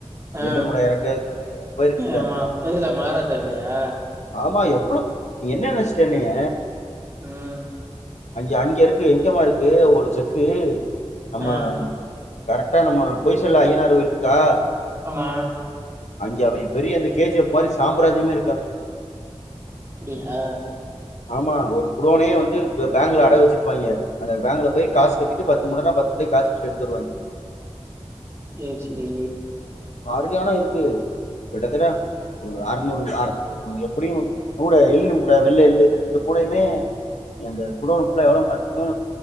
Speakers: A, on the right; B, on the left.
A: ஆ.
B: எள்ளு மூட எறக்கதுக்கான போயிருக்குல்ல
A: ஆமா. எதுல மகாராஜா இல்லையா?
B: ஆமா எப் நீ என்ன நெனைச்சிட்ட என்னைய
A: ம்
B: அங்க அங்கருக்கு எங்கமா இருக்கு ஒரு செக்கு நம்ம
A: ஆ.
B: கரட்டா நம்ம பொய் சொல்ல ஐய்யனார் கோயில்ருக்கா
A: மா
B: அங்க அவிங்க பெரிய அந்த கே ஜி எஃப் மாரி சாம்ராஜ்யமே இருக்கு அவிங்குளுது
A: அப்டியா
B: ஆமா ஒரு குடோனே வந்து க பேங்க்ல அடகு வச்சிருப்பாய்ங்கே அந்த பேங்க்ல போய் காஸ் கட்டிட்டு பத்து மூடனா பத்து அப்டியே காஸ்ட்டு எடுத்தருவாய்ங்க
A: சேச்சே
B: ஆருளியான இருக்கு கிட்டத்தட்ட ஒரு அரநூறு அரநூறு எப்புடியு நூட எள்ளுமூ வுட வெள்ள எள்ளு இது ரெண்டு பூடையுமே அந்த குடோனு ஃபுல்லா எவ்ளமாருக்கு